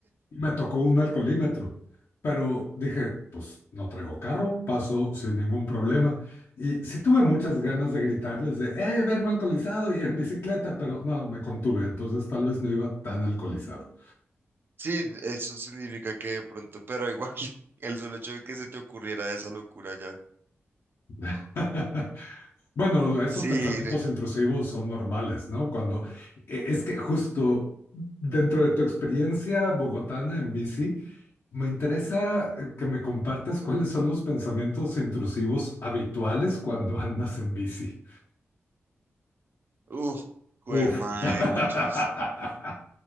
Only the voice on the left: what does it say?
y me tocó un alcoholímetro, pero dije, pues no traigo carro, paso sin ningún problema. Y sí tuve muchas ganas de gritarles de, eh, vengo alcoholizado y en bicicleta, pero no, me contuve, entonces tal vez no iba tan alcoholizado.
<laughs> Bueno, esos
pensamientos
intrusivos son normales, ¿no? Cuando eh, es que justo dentro de tu experiencia bogotana en bici, me interesa eh, que me compartas cuáles son los pensamientos intrusivos habituales cuando andas en bici.
Uf.
<laughs>